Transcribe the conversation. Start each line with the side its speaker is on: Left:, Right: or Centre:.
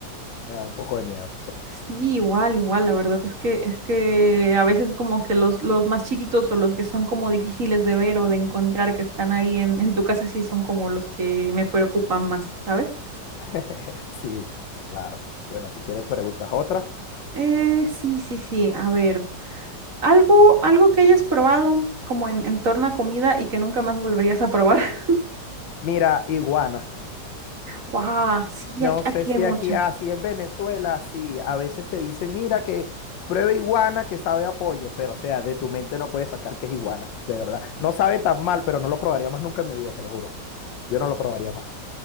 Left: me da un poco de miedo.
Right: Sí, igual, igual, la verdad es que es que a veces como que los, los más chiquitos o los que son como difíciles de ver o de encontrar que están ahí en, en tu casa sí son como los que me preocupan más, ¿sabes?
Left: <laughs> Sí, claro. Bueno, si quieres preguntas otra.
Right: Eh, sí, sí, sí, a ver, algo, algo que hayas probado como en, en torno a comida y que nunca más volverías a probar. <laughs>
Left: Mira, iguana.
Right: ¡Wow! Sí,
Left: No
Right: aquí,
Left: sé
Right: aquí
Left: si
Right: hay muchas.
Left: aquí, así en Venezuela, sí, a veces te dicen, mira que prueba iguana que sabe a pollo, pero o sea, de tu mente no puedes sacar que es iguana, de verdad. No sabe tan mal, pero no lo probaría más nunca en mi vida, te lo juro. Yo no lo probaría más.